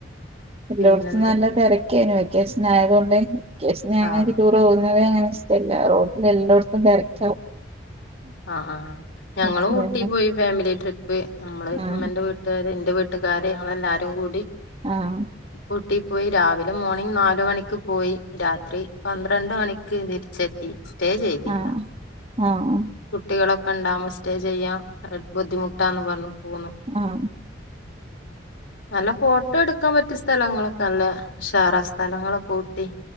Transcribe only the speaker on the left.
പിന്നെന്തൊക്കെയ
ആഹ്
ആഹ് ആഹ് ആ ഞങ്ങളു
ഊട്ടി പോയി ഫാമിലി ട്രിപ്പ് നമ്മള്
ഉമ്മന്റെ വീട്ട വീട്ടുകാര് ഇന്റെ വീട്ടുകാര് ഞങ്ങളെല്ലാവരും കൂടി
ഊട്ടീ പോയി രാവിലെ മോണിംഗ് നാല് മണിക്ക് പോയി രാത്രി പന്ത്രണ്ട് മണിക്ക് തിരിച് ത്തി സ്റ്റേ ചെയ്തില്ല
കുട്ടികളൊക്കെണ്ടാകുമ്പോ സ്റ്റേ ചെയ്യാൻ ബുദ്ധിമുട്ടാന്ന് പറഞ്ഞു പോന്നു.
നല്ല ഫോട്ടോ എടു ക്കാൻ പറ്റിയ സ്ഥലങ്ങളൊക്കെ നല്ല ഉഷാറാ സ്ഥലങ്ങളൊക്കെ ഊട്ടി.